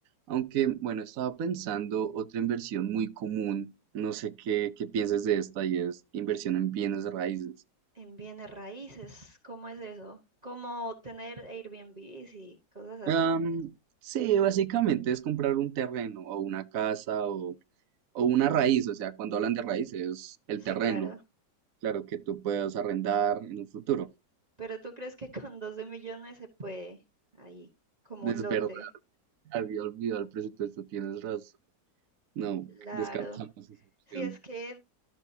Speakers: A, on the right (about 60°); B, on the right (about 25°).
A: Aunque, bueno, estaba pensando otra inversión muy común. No sé qué, qué pienses de esta y es inversión en bienes raíces.
B: en bienes raíces. ¿Cómo es eso? Como tener Airbnbs y cosas así.
A: Am, sí, básicamente es comprar un terreno o una casa o, o una raíz. O sea, cuando hablan de raíces, el
B: Sí,
A: terreno.
B: claro.
A: Claro que tú puedes arrendar en un futuro.
B: Pero ¿tú crees que con 12 millones se puede ahí como
A: Es
B: un lote?
A: verdad, había olvidado el presupuesto, tienes razón. No,
B: Claro.
A: descartamos esa opción.
B: Sí, es que